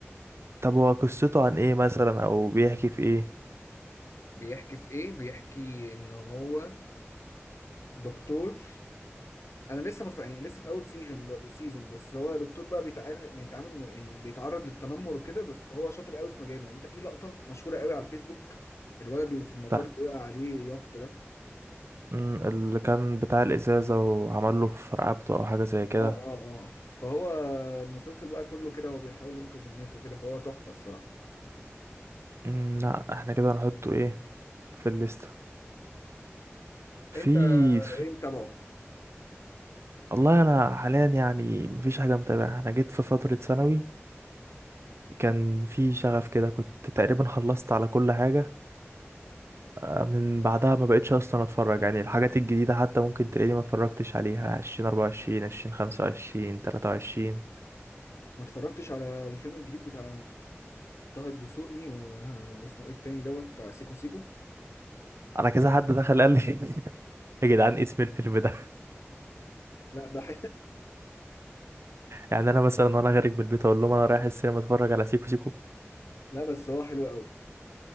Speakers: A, on the right; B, on the left.
A: طب هو قصته عن ايه مثلا او بيحكي في ايه
B: بيحكي في ايه بيحكي ان هو دكتور انا لسه مف... يعني لسه في اول سيزون سيزون بس هو دكتور بقى بيتعامل بيتعامل يعني بيتعرض للتنمر وكده بس هو شاطر قوي في مجاله يعني انت في لقطه مشهوره قوي على الفيسبوك الولد اللي في المطار
A: ده
B: اللي وقع عليه يافطه ده
A: امم اللي كان بتاع الازازة وعمل له في رقبته او حاجة زي كده
B: اه اه اه فهو المسلسل بقى كله كده هو بيحاول ينقذ الناس وكده فهو تحفه الصراحه
A: امم لا احنا كده هنحطه ايه في الليستة في
B: انت
A: في
B: انت بقى
A: والله انا حاليا يعني مفيش حاجه متابعه انا جيت في فتره ثانوي كان في شغف كده كنت تقريبا خلصت على كل حاجه آه، من بعدها ما بقتش اصلا اتفرج يعني الحاجات الجديده حتى ممكن تلاقيني ما اتفرجتش عليها 20 24 20 25 23
B: ما اتفرجتش على الفيلم الجديد بتاع طه الدسوقي و... واسمه ايه التاني دوت بتاع سيكو سيكو
A: انا كذا حد <laughs> دخل قال لي <laughs> يا جدعان إيه اسم الفيلم ده
B: لا ده ح...
A: يعني انا مثلا وانا خارج من البيت اقول لهم انا رايح السينما اتفرج على سيكو سيكو
B: <laughs> لا بس هو حلو قوي